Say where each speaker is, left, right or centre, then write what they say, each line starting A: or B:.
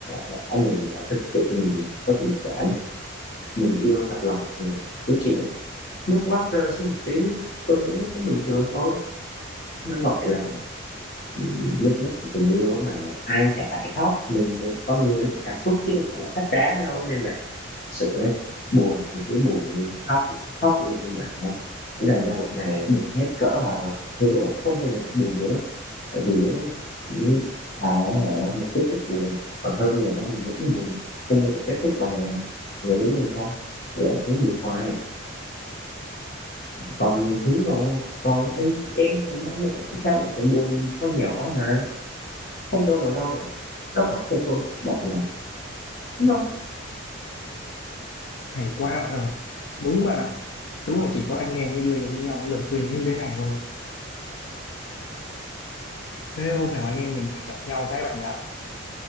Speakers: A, on the left (about 45°); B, on the left (about 60°).
A: bản thân mình đã thực sự mình có tình cảm mình yêu thật lòng thì cái chuyện nước mắt rơi xuống một tí tôi nghĩ nó cũng bình thường thôi nó gọi là ừ, nước mắt của tình yêu mà ai chả phải khóc mình con người có cảm xúc chứ đâu phải là sách đá đâu nên là thực sự ấy buồn thì cứ buồn đi khóc thì cứ khóc đi nhưng mà để dành ra một ngày buồn hết cỡ vào rồi hứa là không bao giờ được buồn nữa tại vì á những thà ở một kết thúc buồn còn hơn là mình vẫn buồn không bao giờ kết thúc bằng là ngồi với mình không lại muốn buồn hoài còn nhiều thứ mà còn anh chị em còn ba mẹ tại sao bạn phải buồn con nhỏ hả không đâu nào đâu vậy nó còn không tôn trọng bạn là đúng không
B: hay quá
A: Ờ,
B: bạn ơi đúng bạn ạ đúng là chỉ có anh em mới đưa cho nhau lời khuyên như thế này thôi thế hôm nào anh em mình phải gặp nhau cái bạn nhá